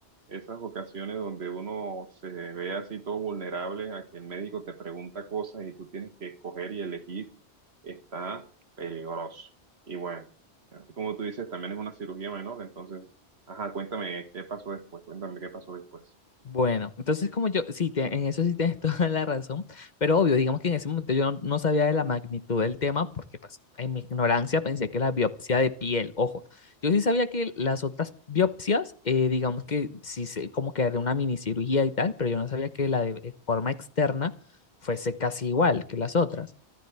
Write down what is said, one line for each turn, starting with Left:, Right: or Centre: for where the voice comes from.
Right: esas ocasiones donde uno se ve así todo vulnerable a que el médico te pregunta cosas y tú tienes que escoger y elegir, está peligroso. Y bueno, así como tú dices, también es una cirugía menor, entonces, ajá, cuéntame qué pasó después, cuéntame qué pasó después.
Left: Bueno, entonces como yo, sí, te- en eso sí tienes <laughs> toda la razón, pero obvio, digamos que en ese momento yo no, no sabía de la magnitud del tema porque pues en mi ignorancia pensé que la biopsia de piel, ojo, yo sí sabía que las otras biopsias, eh, digamos que sí, se- como que era una minicirugía y tal, pero yo no sabía que la de eh, forma externa fuese casi igual que las otras.